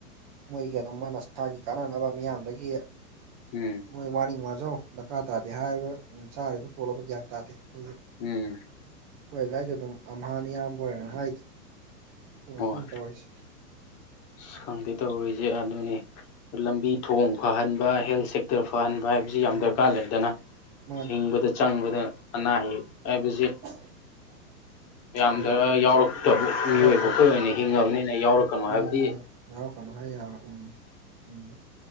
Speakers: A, on the right; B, on the left.
A: ꯃꯣꯏꯒꯤ ꯑꯗꯨꯝꯕ ꯃꯁꯥꯒꯤ ꯀꯥꯟꯅꯅꯕ ꯃꯤꯌꯥꯝꯗꯒꯤ
B: ꯎꯝ
A: ꯃꯣꯏ ꯋꯥꯅꯤꯡ ꯋꯥꯖꯧ ꯗꯔꯀꯥꯔ ꯇꯥꯗꯦ ꯍꯥꯏꯔꯤꯕ ꯆꯥꯔꯤꯕ ꯇꯣꯂꯣꯞꯂ ꯒ꯭ꯌꯥꯟ ꯇꯥꯗꯦ ꯑꯩꯈꯣꯏꯁꯨ
B: ꯎꯝ
A: ꯑꯩꯈꯣꯢ ꯑꯗꯨꯋꯥꯏꯁꯨ ꯑꯗꯨꯝ ꯑꯝꯍꯥꯅꯤ ꯢꯌꯥꯝꯕ ꯍꯣꯢꯅ ꯍꯥꯏꯔꯤꯗꯨ ꯑꯗꯨ ꯉꯥꯛꯇꯅꯤ
B: ꯍꯣꯏ
A: ꯇꯧꯔꯤꯁꯤ
B: ꯑꯁ ꯈꯪꯗꯦ ꯇꯧꯔꯤꯁꯦ ꯑꯗꯨꯅꯤ ꯂꯝꯕꯤ ꯊꯣꯡ ꯐꯍꯟꯕ ꯍꯦꯜꯠ ꯁꯦꯛꯇꯔ ꯐꯍꯟꯕ ꯍꯥꯏ ꯍꯥꯏꯕꯁꯤ ꯌꯥꯝ
A: ꯃꯥꯅꯤ
B: ꯗꯔꯀꯥꯔ
A: ꯃꯥꯅꯤ
B: ꯂꯩꯗꯅ
A: ꯃꯥꯅꯤ
B: ꯍꯤꯡꯕꯗ ꯆꯪꯕꯗ ꯑꯅꯥ ꯑꯌꯦꯛ ꯍꯥꯏꯕꯁꯤ
A: <inaudible>
B: ꯃꯌꯥꯝꯗ
A: ꯑꯗꯨꯝ
B: ꯌꯥꯎꯔꯛꯇꯕ ꯃꯤꯑꯣꯏꯕ
A: ꯍꯣꯏ ꯍꯣꯏ
B: ꯑꯩꯈꯣꯏ ꯑꯣꯏꯅ ꯍꯤꯡꯉꯕꯅꯤꯅ ꯌꯥꯎꯔꯛꯀꯅꯨ ꯍꯥꯏꯕ
A: ꯃꯥꯅꯤ ꯃꯥꯅꯤ ꯌꯥꯎꯔꯛꯒꯅꯨ ꯍꯥꯢꯕ ꯌꯥꯔꯣꯢ ꯎꯝ